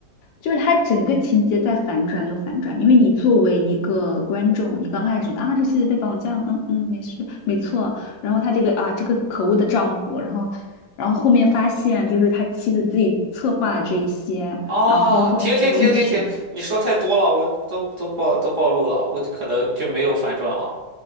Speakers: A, on the left; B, on the right.
A: 就是他整个情节在反转又反转，因为你作为一个观众，你刚开始啊，这妻子被绑架了，嗯嗯，没事，没错。然后他这个啊，这个可恶的丈夫，然后，然后后面发现就是他妻子自己策划了这一些，
B: 啊，
A: 然后后面又一曲。
B: 停停停停停！你说太多了，我都都暴都暴露了，我就可能就没有反转了。